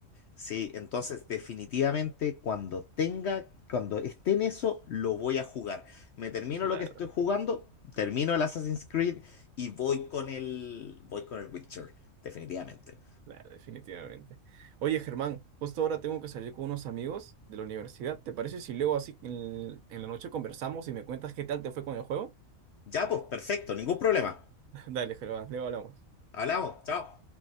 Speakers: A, on the left (about 60°); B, on the right (about 85°).
A: Sí, entonces definitivamente cuando tenga, cuando esté en eso, lo voy a jugar. Me termino
B: Claro.
A: lo que estoy jugando, termino el Assassin's Creed y voy con el, voy con el Witcher, definitivamente.
B: Claro, definitivamente. Oye, Germán, justo ahora tengo que salir con unos amigos de la universidad. ¿Te parece si luego así en, en la noche conversamos y me cuentas qué tal te fue con el juego?
A: Ya, pues, perfecto, ningún problema.
B: <laughs> Dale, Germán, luego hablamos.
A: Hablamos, chao.